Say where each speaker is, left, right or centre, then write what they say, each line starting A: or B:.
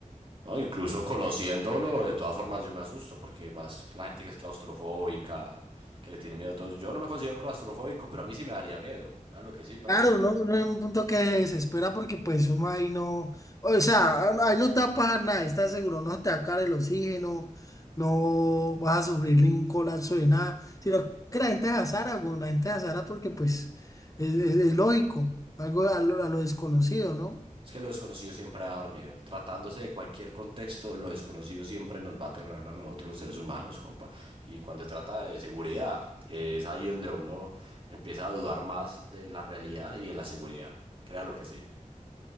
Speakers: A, on the right; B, on the left.
A: No, incluso conociéndolo, de todas formas yo me asusto porque más la gente que es claustrofóbica, que le tiene miedo a todo. eso. Yo no me considero claustrofóbico, pero a mí sí me daría miedo. Claro que sí, parce.
B: Claro, no, no es un punto que desespera porque pues uno ahí no, o sea, ahí no te va a pasar nada, estás seguro, no te va a caer el oxígeno, no vas a sufrir ningún colapso de nada, sino que la gente de azara, güey, la gente de azara porque pues es, es- es lógico, algo a lo, a lo desconocido, ¿no?
A: Es que lo desconocido siempre va a dar miedo. Tratándose de cualquier contexto, lo desconocido siempre nos va a aterrar a nosotros los seres humanos, compa. Y cuando se trata de seguridad, es ahí donde uno empieza a dudar más de la realidad y de la seguridad. Créalo que sí.